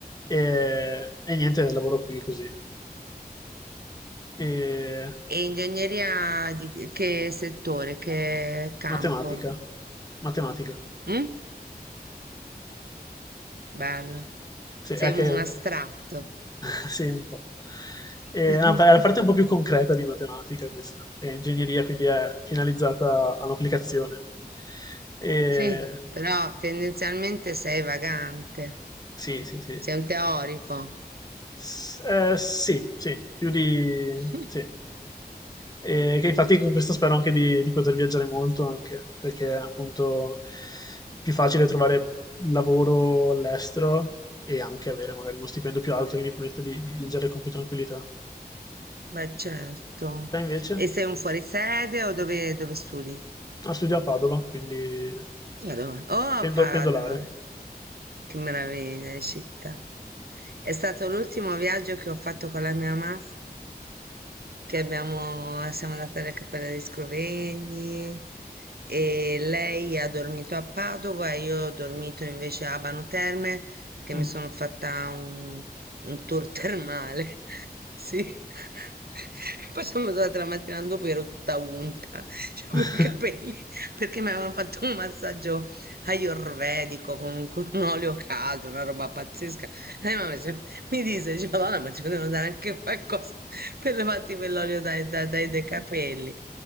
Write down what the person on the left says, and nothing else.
e, e niente, lavoro qui così. E
matematica, matematica,
sì,
è che...
<laughs> sì, un po'.
E,
no, è la parte un po' più concreta di matematica questa. E ingegneria quindi è finalizzata all'applicazione. E,
sì, sì, sì.
S- eh, sì, sì, più di...
sì. E che infatti con questo spero anche di, di poter viaggiare molto, anche perché è appunto più facile trovare lavoro all'estero e anche avere magari uno stipendio più alto che mi permette di, di viaggiare con più tranquillità.
Te invece?
Ah, studio a Padova, quindi
pendo-
pendolare.
Mm.
<laughs>